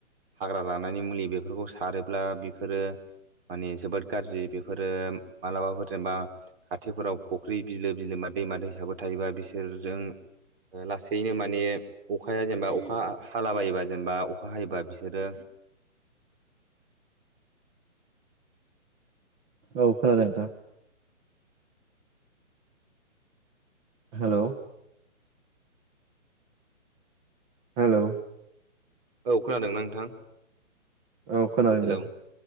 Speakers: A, on the right (about 45°); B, on the right (about 20°).
A: हाग्रा रान्नायनि मुलि बेफोरखौ सारोब्ला बेफोरो माने जोबोद गाज्रि बेफोरो मालाबाफोर जेनेबा खाथिफोराव फुख्रि बिलो बिलोमा दैमा दैसाबो थायोबा बिसोरजों लासैनो माने अखाया जेनेबा अखा हालाबायोबा जेनेबा अखा हायोबा बिसोरो
B: औ खोनादों नोंथां हेल' हेल'
A: औ खोनादों ना नोंथां
B: औ खोनादों
A: हेलौ
B: दे